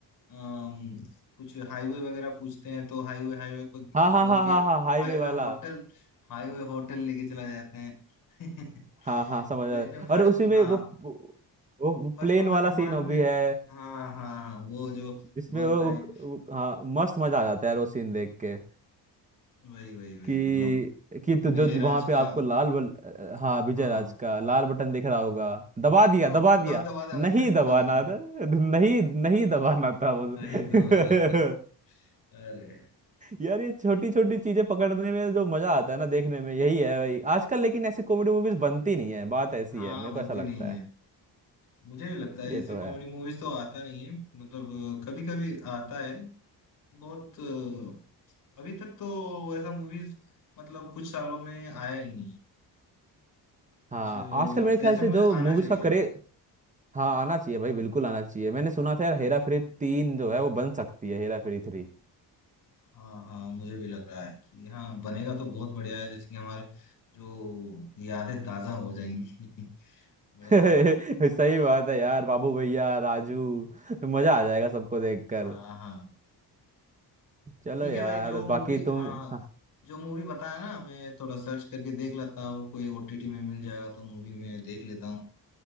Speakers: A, on the left; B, on the right.
A: अम, कुछ हाईवे वगैरह पूछते हैं तो हाईवे हाईवे को
B: हाँ हाँ
A: बोल
B: हाँ हाँ
A: के
B: हाँ हाईवे
A: हाईवे
B: वाला
A: होटल हाईवे होटल लेके चला जाते हैं <laughs>
B: हाँ हाँ समझ आया
A: लेकिन
B: और
A: फर्स्ट
B: उसी में
A: हाँ
B: वो वो, वो
A: फर्स्ट
B: प्लेन
A: वाला
B: वाला
A: धमाल
B: सीन हो
A: में
B: भी है
A: हाँ हाँ हाँ वो जो
B: जिसमें
A: बोलता
B: वो,
A: है
B: वो हाँ मस्त मजा आ जाता है यार वो सीन देख के
A: वही वही वही
B: कि
A: मतलब
B: कि तो
A: विजय
B: जो
A: राज
B: वहां पे
A: का
B: आपको लाल बल, हाँ विजय
A: हाँ
B: राज का लाल बटन दिख रहा होगा दबा दिया
A: हाँ
B: दबा
A: दवा
B: दिया
A: दवा दवा
B: नहीं
A: <laughs>
B: दबाना
A: दवा दे
B: था नहीं नहीं दबाना था वो <laughs>
A: नहीं दवाना था अरे
B: यार ये छोटी छोटी चीजें पकड़ने में जो मजा आता है ना देखने में यही है भाई आजकल लेकिन ऐसी कॉमेडी मूवीज बनती नहीं है बात ऐसी
A: हाँ
B: है मेरे
A: बनती
B: को ऐसा लगता
A: नहीं
B: है
A: है मुझे भी लगता है
B: ये
A: ऐसी
B: तो
A: कॉमेडी
B: है
A: मूवीज तो आता नहीं है मतलब कभी कभी आता है बहुत अ, अभी तक तो वैसा मूवीज मतलब कुछ सालों में आया ही नहीं कुछ
B: हाँ
A: अ,
B: आजकल मेरे ख्याल
A: ऐसे
B: से
A: मुझे
B: जो मूवीज
A: आना चाहिए
B: का करे हाँ आना चाहिए भाई बिल्कुल आना चाहिए मैंने सुना था यार हेरा फेरी तीन जो है वो बन सकती है हेरा फेरी थ्री
A: हाँ हाँ मुझे भी लग रहा है कि हाँ बनेगा तो बहुत बढ़िया है जैसे कि हमारे जो यादें ताजा हो जाएंगी <laughs> बढ़िया
B: <laughs> सही
A: होगा
B: बात है यार बाबू भैया राजू मजा आ जाएगा सबको देखकर
A: हाँ हाँ
B: चलो
A: ठीक
B: यार
A: है भाई जो मूवी
B: बाकी तुम
A: हाँ
B: हाँ
A: जो मूवी बताया ना मैं थोड़ा सर्च करके देख लेता हूँ कोई ओटीटी में मिल जाएगा तो मूवी में देख लेता हूँ